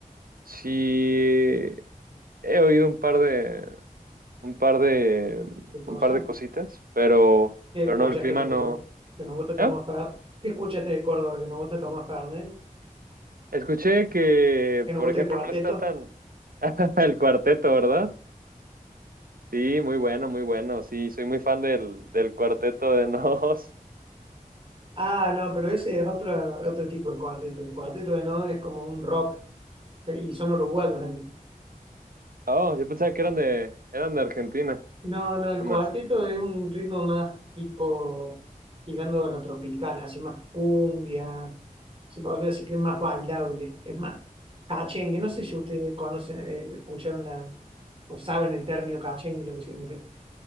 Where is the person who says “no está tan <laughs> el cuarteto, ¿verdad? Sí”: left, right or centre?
Right